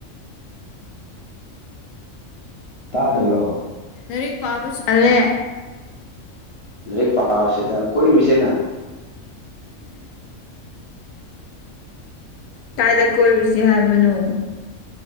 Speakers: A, on the left; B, on the left.
A: ꯇꯥꯗꯕ꯭ꯔꯣ
B: ꯂꯥꯏꯔꯤꯛ ꯄꯥꯕ ꯆꯠꯂꯦ
A: ꯂꯥꯏꯔꯤꯛ ꯄꯥꯕꯁꯤꯗ ꯀꯣꯏꯔꯨꯁꯦꯅ
B: ꯀꯥꯏꯗ ꯀꯣꯏꯔꯨꯁꯤ ꯍꯥꯏꯕꯅꯣ